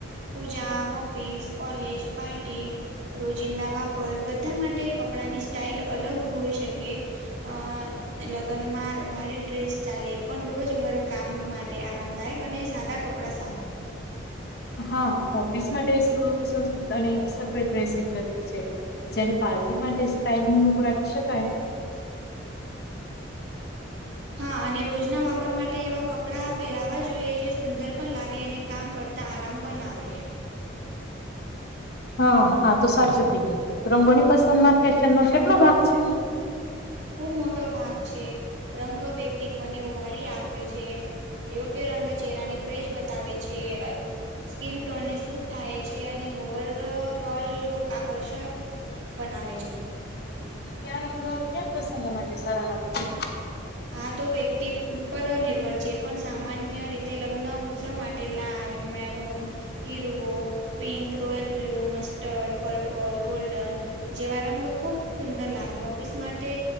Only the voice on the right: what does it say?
પૂજા ઓફિસ કલેજ પાર્ટી રોજિંદા વાપર બધા માટે કપડાની સ્ટાાઈલ અલગ હોઈ શકે અ લગ્નમાં ભારે ડ્રેસ ચાલે પણ રોજ ઘર કામ માટે આરામદાયક અને એ સાદા કપડાં સારા
હા અને રોજના વાપર માટે એવા કપડાં પહેરાવા જોઈએ જે સુંદર પણ લાગે અને કામ કરતાં આરામ પણ આવે.
ખૂબ મોટો ભાગ છે રંગ વ્યક્તિત્વને ઉભારી આપે છે યોગ્ય રંગ ચહેરાને ફ્રેશ બતાવે છે સ્કીિન ટોનને સૂટ થાય છે અને હોવર ઓલ લુક આકર્ષક બનાવે છે
આ તો વ્યક્તિ પર નિર્ભર છે પણ સામાન્ય રીતે લગ્ન ઉત્સવ માટે લ મેરોન હીરવો pink, royal blue, mustard, purple, golden. જેવા રંગ ખૂબ સુંદર લાગે ઓફિસ માટે